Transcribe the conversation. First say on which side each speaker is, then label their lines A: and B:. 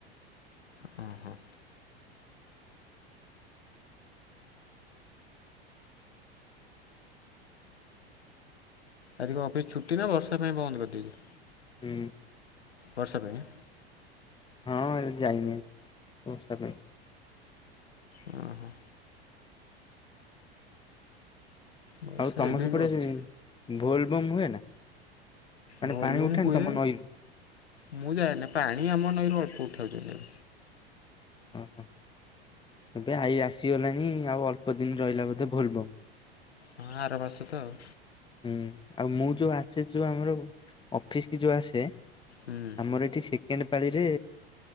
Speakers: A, on the left; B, on the left.
A: ହଁ ହଁ। ଆଜି କଣ ଅଫିସ୍ ଛୁଟି ନା ବର୍ଷା ପାଇଁ ବନ୍ଦ କରିଦେଇଛୁ?
B: ହୁଁ,
A: ବର୍ଷା ପାଇଁ,
B: ହଁ ଯାଇନି <unintelligible>
A: ହଁ ହଁ, ବର୍ଷା
B: ଆଉ ତମ
A: ଏବେ
B: ସେପଟେ
A: ବି ଅଛି।
B: ଭୋଲ ବମ ହୁଏ ନା? ମାନେ
A: ଭଲ୍ୟୁମ୍
B: ପାଣି ଉଠାନ୍
A: ହୁଏ
B: ତମ ନଈରୁ?
A: ମୁଁ ଯାଏନି ପାଣି ଆମ ନଈରୁ ଅଳ୍ପ ଉଠାଉଛନ୍ତି।
B: ଓହୋ ଏବେ ଆଇ ଆସିଗଲାଣି ଆଉ ଅଳ୍ପ ଦିନ ରହିଲା ବୋଧେ ଭୁଲ ବମ୍,
A: ହଁ ଆର ବର୍ଷକ ଆଉ,
B: ହୁଁ ଆଉ ମୁଁ ଯୋଉ ଆସେ ଯୋଉ ଆମର ଅଫିସ୍ କି ଯୋଉ ଆସେ,
A: ହୁଁ,
B: ଆମର ଏଠି ସେକେଣ୍ଡ ପାଳିରେ